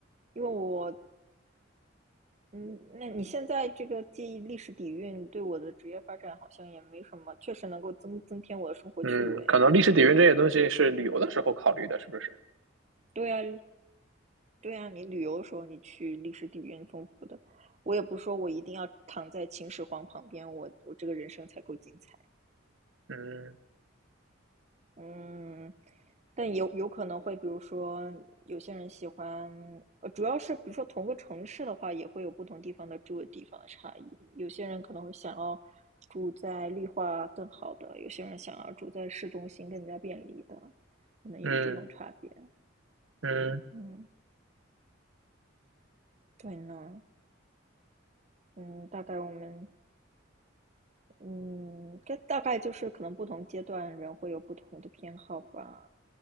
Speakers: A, on the right; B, on the right.
A: 因为我，嗯，那你现在这个介意历史底蕴，对我的职业发展好像也没什么，确实能够增增添我的生活趣味。
B: 嗯，可能历史底蕴这些东西是旅游的时候考虑的，是不是？
A: 对啊，对啊，你旅游的时候，你去历史底蕴丰富的。我也不说我一定要躺在秦始皇旁边，我我这个人生才够精彩。
B: 嗯
A: 嗯，但有有可能会，比如说有些人喜欢，呃，主要是比如说同个城市的话，也会有不同地方的住的地方的差异。有些人可能会想要住在绿化更好的，有些人想要住在市中心更加便利的，可能有这种差别。
B: 嗯嗯
A: 嗯，对呢。嗯，大概我们嗯，这大概就是可能不同阶段人会有不同的偏好吧，